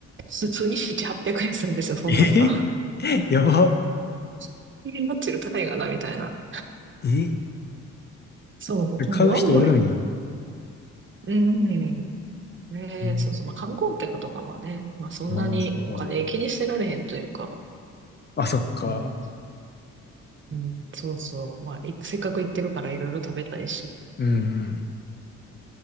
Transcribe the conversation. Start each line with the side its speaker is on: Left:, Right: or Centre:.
Right: 普通に7、800円するんですよ、そんなんが。
Left: い。ええ <laughs> やば。
Right: <laughs> え、マッチより高いかな、みたいな。
Left: え
Right: そう、
Left: え買う人おるんや。
Right: なんで案外、うん。ねえ、
Left: うん
Right: そうそう。まあ観光客とかはね、まあそんなにもうお金気にしてられへんというか、
Left: まあ、そっか。あ、そっか。
Right: うん、うん、そうそう。まあ、いせっかく行ってるからいろいろ食べたいし。
Left: うん